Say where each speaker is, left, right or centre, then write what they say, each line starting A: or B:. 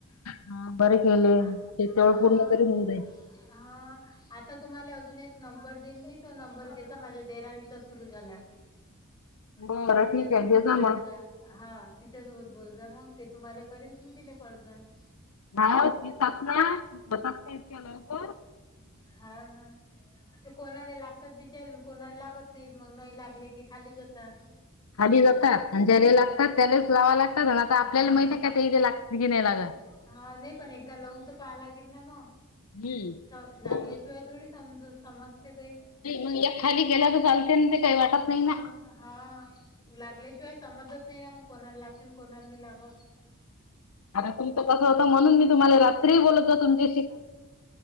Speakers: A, on the left; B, on the left.
A: हा बरे केले
B: आ
A: ते तेवढ
B: हा
A: पूर्ण तरी होऊ दे.
B: हा आता तुम्हाला अजून एक नंबर दिन तो नंबर घ्यायचा माझ्या देवरानीचा सुरू झाला.
A: बरं
B: मग तिच्या
A: ठीक
B: सोबत
A: आहे दे
B: बोल
A: मग
B: जा हा तिच्यासोबत बोल जा मग. ते तुम्हाला करेन तुम्ही तिला करत जा. <unintelligible>
A: हा तिसात ना होतात नाही इतक्या लवकर
B: हा ना. ते कोणाने लागतात विचारून कोणाला लागत नाहीत मग नाही लागले की खाली जातात.
A: खाली जातात आणि ज्याला लागतात त्यालाच लावा लागतात आणि आता आपल्याला
B: हा
A: माहती आहे का ते लाग की नाही लागत.
B: हा नाही पण एकदा लवून तर पहा लागेल ना मग.
A: हम्!
B: लागल्याशिवाय थोडी समज सम काही
A: मग एक खाली गेल्या तर चालते ना ते काही वाटत
B: <inaudible>
A: नाही
B: हा
A: ना.
B: हा. लागल्याशिवाय समजत नाही ना मग कोणाला लागतील कोणाला नाही लागत.
A: आता तुम तर कस होत म्हणून मी तुम्हाला रात्री बोलत तुमचे